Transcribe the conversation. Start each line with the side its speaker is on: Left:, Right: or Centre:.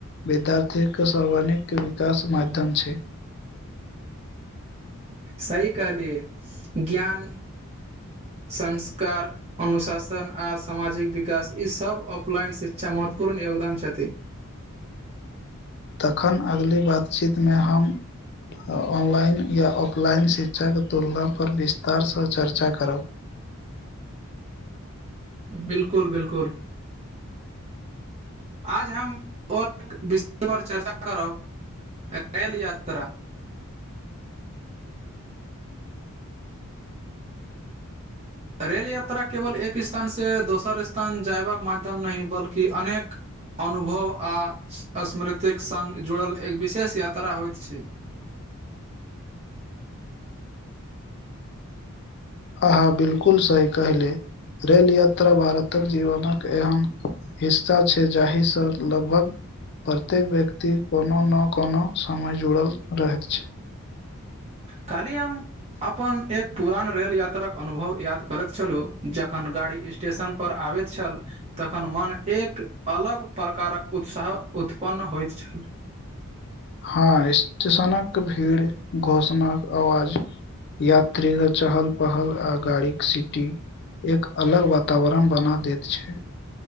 Left: विद्यार्थीके सारवाणिक विकास माध्यम छै
Right: सही कहलियै ज्ञान संस्कार अनुशासन आ सामाजिक विकास ई सब ऑफलाइन शिक्षा महत्वपूर्ण योगदान छथि
Left: तखन अगली बातचीतमे हम ऑनलाइन या ऑफलाइन शिक्षा के तुलनापर विस्तार सँ चर्चा करब
Right: बिल्कुल बिल्कुल आज हम आर एक विषय पर चर्चा करब रेल यात्रा रेल यात्रा केवल एक स्थान सऽ दोसर स्थान जयबाक माध्यम नहि बल्कि अनेक अनुभव आ स्मृतिक सङ्ग जुड़ल एक विशेष यात्रा होइत छै
Left: आहाँ बिल्कुल सही कहले रेल यात्रा भारतक जीवनक एहन हिस्सा छै जाहिसँ लगभग प्रत्येक व्यक्ति कोनो नऽ कोनो समय जुड़ल रहैत छै
Right: काल्हि हम अपन एक पुरान रेल यात्राक अनुभव याद करैत छलु जखन गाड़ी स् स्टेशन पर आबैत छल तखन मन एक अलग प्रकारक उत्साह उत्पन्न होइत छल
Left: हँ स्टेशनक भीड़ घोषणा कऽ आवाज यात्री के चहल पहल आ गाड़ी के सीटी एक अलग वातावरण बना देैत छै